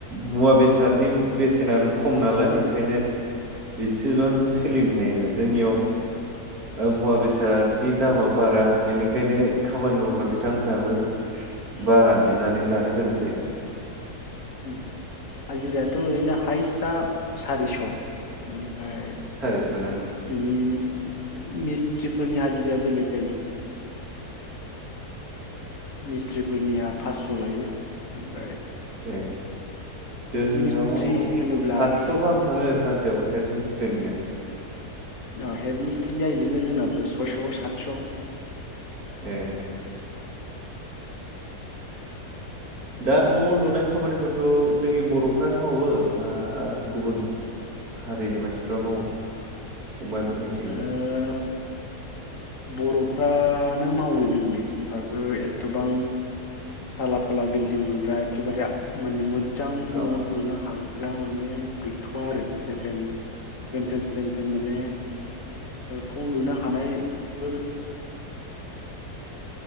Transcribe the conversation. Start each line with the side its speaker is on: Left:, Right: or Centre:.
Right: मुवा बेस बेसादनि बेसेनानो खम नालाय ओंखायनो बेसेबां सोलिनो हायो आरो जोंनियाव मुवा बेसादनि दामा बारा बेनिखायनो खामानि मावग्रा बिथांमोनहाबो बारा बिनानै लानो गोनां जायो
Left: ओम हाजिरायाथ ओरैनो हायस्टआ सारिस ओम ओमफाय
Right: सारिस' ना
Left: बिनि <unintelligible> मिसथ्रि फोरनि हाजिराया बेलेग जायो मिस्थ्रिफोरनिया फासस लायो ओमफाय
Right: ए जोंनियाव
Left: मिस्ट्रि होनोब्ला
Right: सातस गाहाम थाङो सात हेद मिस्ट्रिनिया
Left: अ हेड मिस्ट्रिनिया इदिनो जोंनाबो सयस सातस
Right: ए दा न लुनाय खामानिफोरखौ जोंनि बरफ्रानो मावो ना गुबुन हारिनि मानसिफ्रा मावो फंबाइमोननि
Left: ओ
Right: थिंजाय
Left: बरफ्रानो मावो जोंनि ओफाबो एथबां थाला थाला बिल्डिं लुग्रा एखेबारे माने मो मोजां
Right: औ
Left: न लुनो हाग ग्रा माने गैथवा आरो जेनथेन जेनथेन जेनथेन माने खौ लुनो हानाय फोर